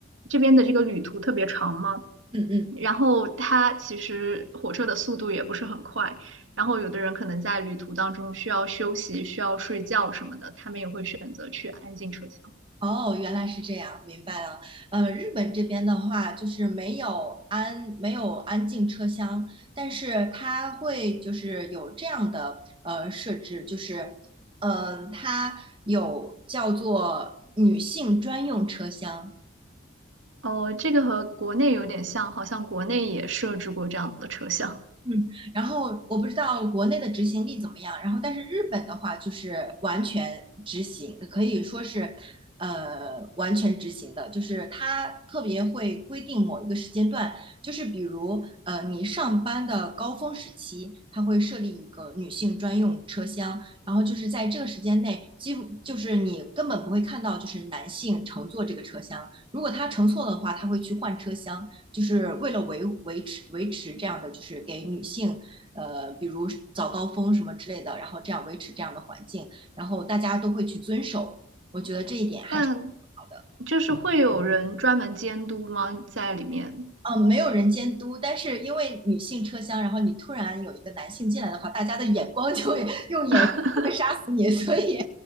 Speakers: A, on the right (about 85°); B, on the right (about 25°).
A: 这边的这个旅途特别长嘛，
B: 嗯嗯。
A: 然后它其实火车的速度也不是很快，然后有的人可能在旅途当中需要休息、需要睡觉什么的，他们也会选择去安静车厢。
B: 哦，原来是这样，明白了。呃，日本这边的话，就是没有安没有安静车厢，但是它会就是有这样的呃设置，就是嗯、呃它有叫做女性专用车厢，
A: 哦，这个和国内有点像，好像国内也设置过这样的车厢，
B: 嗯，然后我不知道国内的执行力怎么样，然后但是日本的话就是完全执行，可以说是，呃，完全执行的，就是它特别会规定某一个时间段，就是比如呃你上班的高峰时期，它会设立一个女性专用车厢，然后就是在这个时间内，几乎就是你根本不会看到就是男性乘坐这个车厢，如果他乘错的话，他会去换车厢，就是为了维维持维持这样的，就是给女性，呃，比如早高峰什么之类的，然后这样维持这样的环境，然后大家都会去遵守。我觉得这一点还是好的。
A: 但就是会有人专门监督吗？在里面？
B: 嗯，没有人监督，但是因为女性车厢，然后你突然有一个男性进来的话，大家的眼光就会用眼神就会杀死你，
A: <laughs>
B: <laughs> 所以